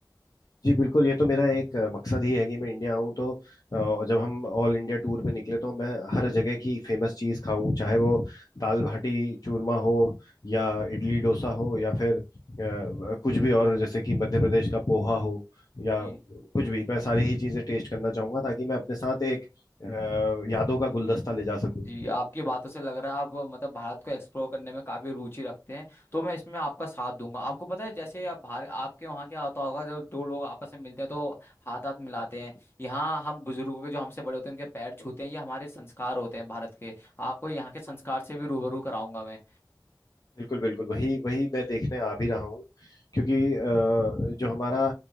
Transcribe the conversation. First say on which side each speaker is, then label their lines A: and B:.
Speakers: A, on the left; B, on the left.
A: जी बिल्कुल ये तो मेरा एक अ, मकसद ही है कि मैं इंडिया आऊँ तो अ, जब हम ऑल इंडिया टूर पे निकले तो मैं हर जगह की फेमस चीज़ खाऊं चाहे वो दाल बाटी चूरमा हो या इडली डोसा हो या फिर अ, कुछ भी और जैसे कि मध्य प्रदेश का पोहा हो या
B: है
A: कुछ भी मैं सारी ही चीज़ें टेस्ट करना चाहूंगा ताकि मैं अपने साथ एक अ, यादों का गुलदस्ता ले जा सकूं
B: जी आपकी बातों से लग रहा है आप मतलब भारत को एक्सप्लोर करने में काफी रुचि रखते हैं तो मैं इसमें आपका साथ दूंगा आपको पता है जैसे आप भारत आपके वहाँ क्या होता होगा जब दो लोग आपस में मिलते हैं तो हाथ हाथ मिलाते हैं यहाँ हम बुजुर्गों के जो हमसे बड़े होते हैं उनके पैर छूते हैं ये हमारे संस्कार होते हैं भारत के आपको यहाँ के संस्कार से भी रूबरू कराऊंगा मैं
A: बिल्कुल बिल्कुल वही वही मैं देखने आ भी रहा हूँ क्योंकि अ, जो हमारा